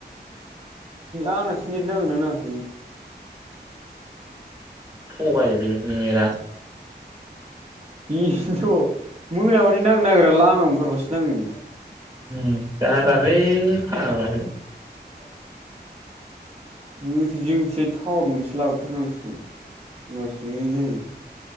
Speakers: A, on the right (about 35°); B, on the right (about 20°).
A: आंनासो नेट नांदोना नाङाखै?
B: थगायलै मेरा
A: बिनोथ' मोनाबाथाय नांनो नागिरा लामायाव ओंखारबासो नाङो।
B: उम <unintelligible> है फाग्लासो।
A: <inaudible> गोथैसो जोंथि टावार मोनसे लाबो थारनांसिगोन होमबासो जागोन।